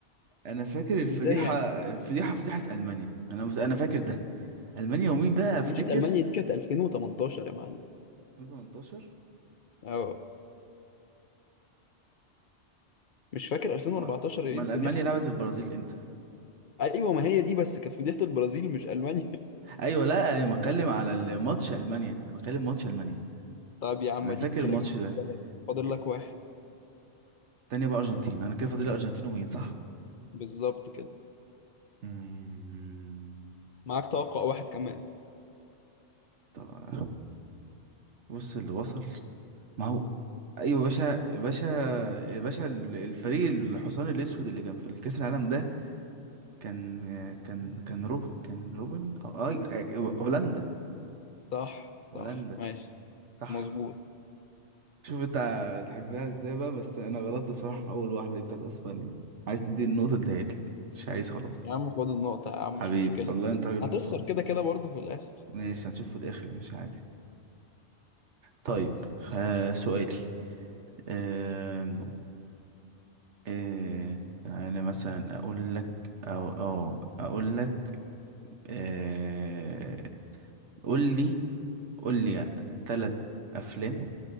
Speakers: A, on the right; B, on the left.
A: انا فاكر الفضيحه
B: إزاي يعني
A: الفضيحه فضيحه المانيا انا مت... انا فاكر ده المانيا ومين بقى افتكر
B: فضيحة ألمانيا دي كانت 2018 يا معلم
A: 2018
B: أه مش فاكر 2014
A: هو امال
B: إيه الفضيحة
A: المانيا لعبت البرازيل امتى
B: أيوة ما هي دي بس كانت فضيحة البرازيل مش ألمانيا
A: ايوه لا انا بتكلم على الماتش المانيا انا بتكلم ماتش المانيا
B: طب يا عم
A: انا
B: اديك
A: فاكر
B: كده
A: الماتش
B: جبت
A: ده
B: الثلاثة فاضل
A: الت-
B: لك واحد
A: التانية بقى ارجنتين انا كده فاضل الارجنتين ومين صح
B: بالظبط كده
A: مم.
B: معاك توقع واحد كمان
A: طب بص اللي وصل ما هو ايوه يا باشا يا باشا يا باشا ال- الفريق الحصان الاسود اللي كان في الكاس العالم ده كان كان كان روب كان روبن اه آه، هولندا
B: صح
A: هولندا
B: صح ماشي
A: صح
B: مظبوط
A: شوف انت تحبها ازاي بقى بس انا غلطت بصراحة في اول واحدة دي بتاعت اسبانيا عايز تدي النقطة اديها لي مش عايز خلاص
B: يا عم خد النقطة يا عم
A: حبيبي
B: مش مشكلة
A: والله انت راجل
B: هتخسر
A: محترم
B: كده كده برضه في الآخر
A: ماشي هنشوف في الاخر مش عادي طيب خ- سؤالي أم... أه... انا مثلا اقول لك او اه اقول لك أه... قول لي قول لي ثلاث افلام